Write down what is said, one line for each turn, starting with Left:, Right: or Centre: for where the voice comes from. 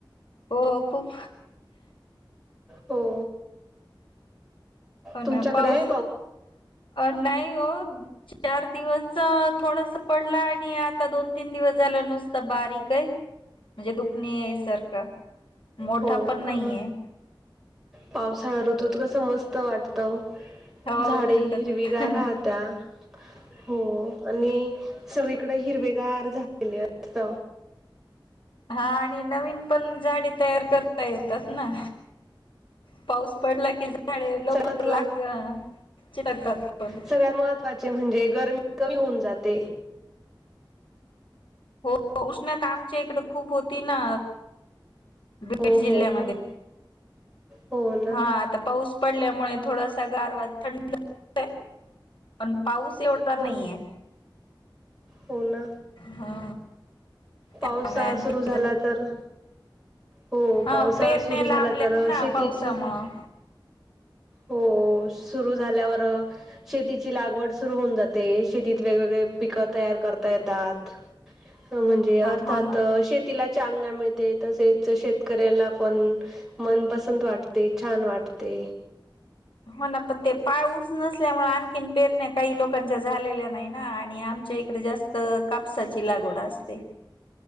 Left: हो खूप.
Centre: हो.
Left: हो
Centre: तुमच्याकडे
Left: ना. पाऊस
Centre: आहे
Left: अ नाही हो. चार दिवस थोडासा पडला आणि आता आता दोन तीन दिवस झालं नुसत बारीक आहे म्हणजे दुखणे याय सारखं. मोठा
Centre: हो
Left: पण नाहीये.
Centre: का पावसाळा ऋतूत कस मस्त वाटत.
Left: हो
Centre: झाडे
Left: थंड
Centre: हिरवीगार
Left: थंड
Centre: राहत्या. हो. आणि सगळीकडे हिरवेगार झालेले असत.
Left: हा आणि नवीन पण झाडे तयार करत येतात ना. पाऊस पडला की झाडे
Centre: सगळ्यात
Left: लवकर
Centre: महत्वा
Left: लाग चकतात पण.
Centre: सगळ्यात महत्त्वाचे म्हणजे गरमी कमी होऊन जाते.
Left: हो उष्णता आमच्या इकडे खूप होती ना. बीड
Centre: हो
Left: जिल्ह्यामध्ये.
Centre: हो हो हो ना
Left: हा. आता पाऊस पडल्यामुळे थोडासा गारवा थंड <unintelligible> पण पाऊस तेवढं
Centre: हो
Left: नाहीये.
Centre: हो ना.
Left: हा.
Centre: पावसाळा
Left: त्यामुळे आणखी
Centre: सुरु झाला तर हो.
Left: हा
Centre: पावसाळा
Left: पेरण्या
Centre: सुरू
Left: लांबल्यात
Centre: झाला तर
Left: ना
Centre: शेतीची
Left: पावसामुळं
Centre: हो. सुरू झाल्यावर शेतीची लागवड सुरू होऊन जाते. शेतीत वेगवेगळे पिक तयार करता येतात. म्हणजे अर्थात
Left: हो ना
Centre: शेती तिला चालना मिळते तसेच शेतकऱ्याला पण. मनपसंत वाटते. छान वाटते.
Left: हो ना पण ते पाऊस नसल्यामुळे आ पेरण्या काही लोकांच्या झालेल्या नाही ना. आणि आमच्या इकडें जास्त कापसाची लागवड असते.